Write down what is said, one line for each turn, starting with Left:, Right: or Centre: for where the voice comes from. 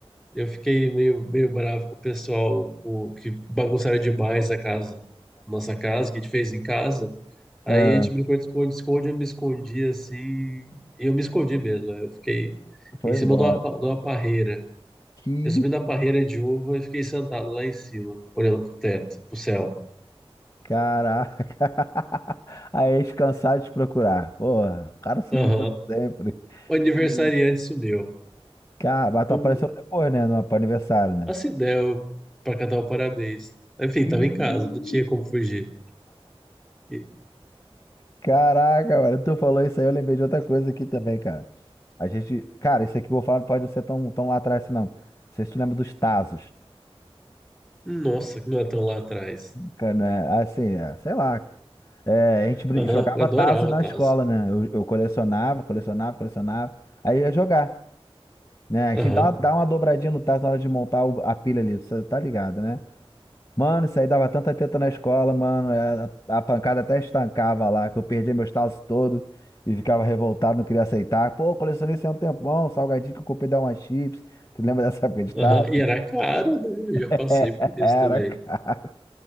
Centre: eu fiquei meio, meio bravo com o pessoal com, que bagunçaram demais a casa, a nossa casa, que a gente fez em casa. Aí
Left: Ah,
Centre: a gente brincou de esconde-esconde, eu me escondi assim. E eu me escondi mesmo. né? Eu fiquei
Left: foi
Centre: em cima
Left: embora.
Centre: de uma, pa- de uma parreira.
Left: Que
Centre: Eu subi
Left: isso,
Centre: na parreira de uva e fiquei sentado lá em cima, olhando pro teto, pro céu.
Left: Caraca. <laughs> Aí eles cansaram de te procurar. Porra, o cara sumiu
Centre: Aham.
Left: pra sempre.
Centre: O aniversariante
Left: E,
Centre: sumiu.
Left: Cara, mas tu
Centre: Um,
Left: apareceu depois, né? No, pro aniversário, né?
Centre: assim, deu pra cantar o parabéns. Enfim,
Left: Ih,
Centre: tava em casa, não tinha como fugir. E,
Left: Caraca, mano, tu falou isso aí, eu lembrei de outra coisa aqui também, cara. A gente, cara, isso aqui que eu vou falar não pode não ser tão, tão lá atrás, assim, não. Não sei se tu lembra dos Tazos.
Centre: nossa, que não é tão lá atrás.
Left: Caraca, né? Assim, é, sei lá. É, a gente brin-
Centre: Aham,
Left: jogava
Centre: eu adorava
Left: Tazo na
Centre: Tazo.
Left: escola, né? Eu, eu colecionava, colecionava, colecionava. Aí ia jogar. Né? A
Centre: Aham,
Left: gente dá, dá uma dobradinha no tacho na hora de montar o- a pilha ali, você tá ligado, né? Mano, isso aí dava tanta teta na escola, mano. é, A, a pancada até estancava lá, que eu perdia meus tazos todos e ficava revoltado, não queria aceitar. Pô, eu colecionei isso aí há um tempão, salgadinho que eu comprei da uma chips. Tu lembra dessa época de
Centre: aham.
Left: tazo?
Centre: E era caro, né? Eu
Left: <laughs>
Centre: já passei por isso
Left: Era,
Centre: também.
Left: cara.